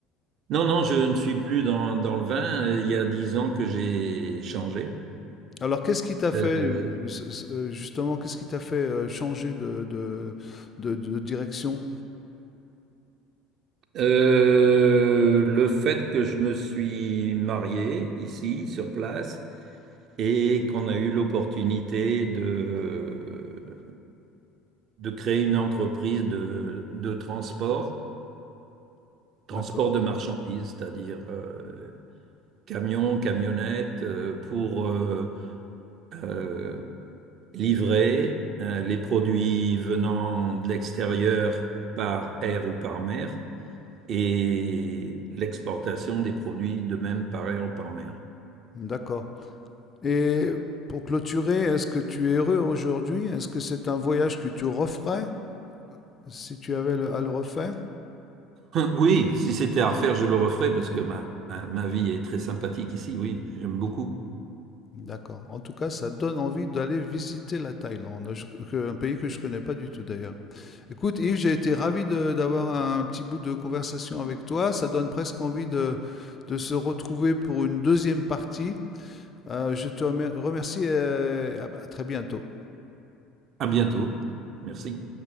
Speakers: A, on the right; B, on the left.
A: Non, non, je ne suis plus dans, dans le vin. Il y a dix ans que j'ai changé.
B: Alors, qu'est-ce qui t'a fait,
A: Euh,
B: euh, s- s- euh, justement, qu'est-ce qui t'a fait euh, changer de, de, de- de direction?
A: euh, le fait que je me suis marié ici, sur place, et qu'on a eu l'opportunité de, de créer une entreprise de, de transport, transport
B: D'accord.
A: de marchandises, c'est-à-dire euh, camions, camionnettes euh, pour euh, euh, livrer euh, les produits venant de l'extérieur par air ou par mer et l'exportation des produits de même par air ou par mer.
B: D'accord. Et pour clôturer, est-ce que tu es heureux aujourd'hui? Est-ce que c'est un voyage que tu referais si tu avais le- à le refaire?
A: Oui, si c'était à refaire, je le referais parce que ma, ma ma vie est très sympathique ici. Oui, j'aime beaucoup.
B: D'accord. En tout cas, ça donne envie d'aller visiter la Thaïlande, je- que- un pays que je connais pas du tout d'ailleurs. Écoute, Yves, j'ai été ravi de- d'avoir un petit bout de conversation avec toi. Ça donne presque envie de, de se retrouver pour une deuxième partie. Euh, je te remer- remercie et à à très bientôt.
A: À bientôt. Merci.